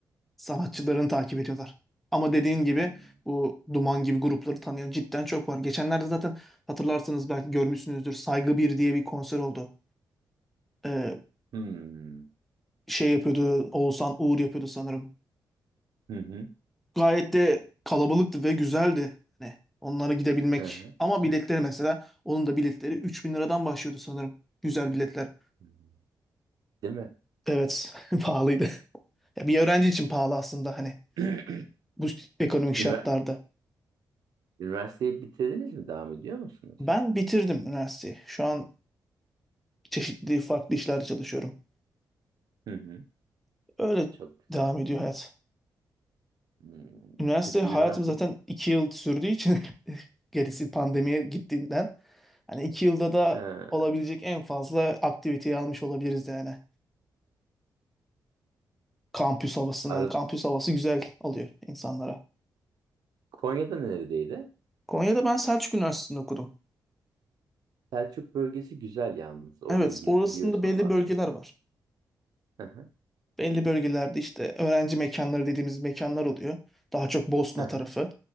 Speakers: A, in the centre; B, on the right.
A: sanatçılarını takip ediyorlar. Ama dediğin gibi
B: Hmm.
A: bu Duman gibi grupları tanıyan cidden çok var. Geçenlerde zaten hatırlarsanız belki görmüşsünüzdür. Saygı bir diye bir konser oldu. Ee,
B: Hmm.
A: şey yapıyordu Oğuzhan Uğur yapıyordu sanırım.
B: Hı hı.
A: Gayet de kalabalıktı ve güzeldi. Hani onlara gidebilmek.
B: Hı hı.
A: Ama biletleri mesela onun da biletleri 3000 liradan başlıyordu sanırım. Güzel biletler.
B: Hmm. Değil mi?
A: Evet, <laughs> pahalıydı. Ya bir öğrenci için pahalı aslında hani.
B: <clears throat>
A: bu ekonomik şartlarda.
B: Ünivers- Üniversiteyi bitirdiniz mi? Devam ediyor musunuz?
A: Ben bitirdim üniversiteyi. Şu an çeşitli farklı işlerde çalışıyorum.
B: Hı hı.
A: Öyle
B: Çok güzel.
A: devam ediyor hayat.
B: Hmm.
A: Üniversite
B: Peki
A: hayatım
B: üniversite
A: zaten iki yıl sürdüğü için <laughs> gerisi pandemiye gittiğinden hani iki yılda da
B: Ee,
A: olabilecek en fazla aktiviteyi almış olabiliriz yani. Kampüs havasından.
B: Arı-
A: Kampüs havası güzel alıyor insanlara.
B: Konya'da neredeydi?
A: Konya'da ben Selçuk Üniversitesi'nde okudum.
B: Selçuk bölgesi güzel yalnız. Orayı
A: Evet,
B: bil-
A: orasında
B: biliyorsam
A: belli
B: az
A: bölgeler
B: çok.
A: var.
B: Hı hı,
A: Belli bölgelerde işte öğrenci mekanları dediğimiz mekanlar oluyor. Daha çok Bosna
B: hı hı,
A: tarafı,